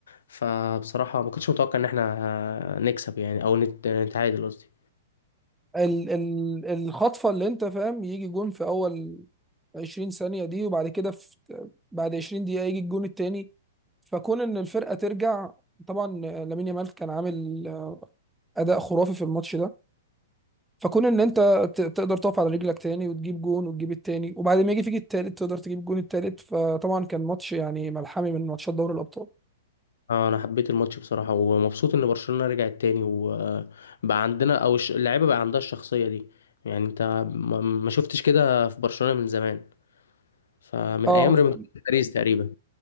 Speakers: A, on the left; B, in the centre.
A: فبصراحة ما كنتش متوقع ان احنا آه، نكسب يعني او نت- نتعادل قصدي
B: ال... ال... الخطفة اللي انت فاهم يجي جون في اول 20 ثانية دي وبعد كده في بعد 20 دقيقة يجي الجون التاني فكون ان الفرقه ترجع طبعا لامين يامال كان عامل اداء خرافي في الماتش ده فكون ان انت ت- تقدر تقف على رجلك تاني وتجيب جون وتجيب التاني وبعد ما يجي فيك التالت تقدر تجيب جون التالت فطبعا كان ماتش يعني ملحمي من ماتشات دوري الابطال
A: آه، انا حبيت الماتش بصراحه ومبسوط ان برشلونه رجعت تاني وبقى عندنا او الش- اللعيبه بقى عندها الشخصيه دي يعني انت ما ما شفتش كده في برشلونه من زمان فمن
B: اه
A: ايام
B: ف-
A: ريمونتادا باريس تقريبا